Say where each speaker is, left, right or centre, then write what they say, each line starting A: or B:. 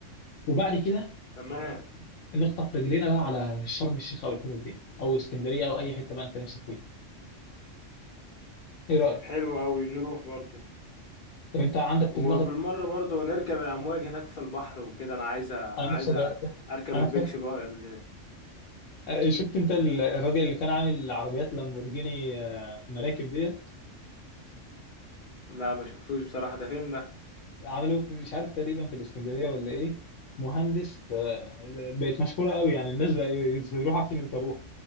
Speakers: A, on the left; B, on the left.
A: وبعد كده
B: تمام
A: آه، نخطف رجلينا بقى على شرم الشيخ او الحتت دي او اسكندريه او اي حته بقى انت نفسك فيها ايه رايك
B: حلو اوي نروح برضه
A: طب انت عندك في
B: وبالمرة
A: دماغك
B: برضه نركب الامواج هناك في البحر وكده انا عايز أ- عايز
A: انا نفسي أجرب.
B: أ-
A: <laughs>
B: اركب
A: انا
B: البيكش
A: خايف
B: بقى ال-
A: آه، شفت انت ال- الراجل اللي كان عامل عربيات لامبورجيني آه، مراكب ديت
B: لا ما شفتوش بصراحة ده فين ده
A: عملوه في- مش عارف تقريبا في الاسكندريه ولا ايه مهندس آه، بقت مشهوره قوي يعني الناس بقى يروحوا عشان يركبوها